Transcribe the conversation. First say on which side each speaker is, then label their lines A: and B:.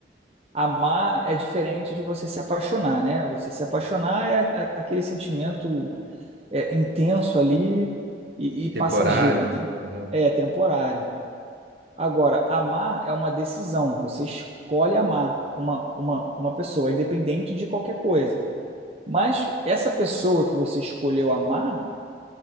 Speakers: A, on the right (about 35°); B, on the right (about 65°).
A: amar é diferente de você se apaixonar, né? Você se apaixonar é a- a- aquele sentimento é, intenso ali e
B: <laughs>
A: e passageiro,
B: Temporário?
A: né?
B: Aham.
A: É temporário. Agora, amar é uma decisão. Você escolhe amar uma, uma, uma pessoa, independente de qualquer coisa. Mas essa pessoa que você escolheu amar,